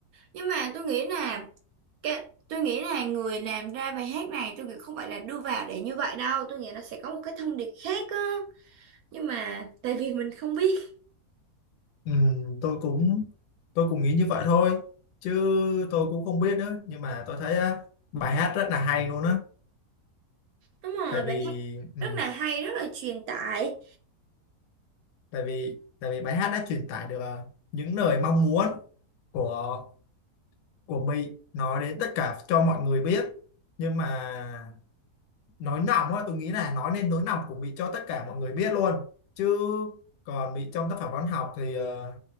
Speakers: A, on the right; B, on the left.
A: nhưng mà tôi nghĩ là cái tôi nghĩ là người làm ra bài hát này tôi nghĩ không phải là đưa vào để như vậy đâu tôi nghĩ nó sẽ có một cái thông điệp khác á nhưng mà tại vì mình không biết
B: Ừ, tôi cũng tôi cũng nghĩ như vậy thôi, chứ tôi cũng không biết nữa. Nhưng mà tôi thấy á, bài hát rất là hay luôn á,
A: đúng rồi
B: tại vì
A: bài hát
B: ừ,
A: rất là hay rất là truyền tải
B: tại vì tại vì bài hát đã truyền tải được ờ, những lời mong muốn của của mình nói đến tất cả cho mọi người biết. Nhưng mà nói nòng á tôi nghĩ là nói nên nỗi lòng của Mỹ cho tất cả mọi người biết luôn chứ còn Mỹ trong tác phẩm văn học thì ờ,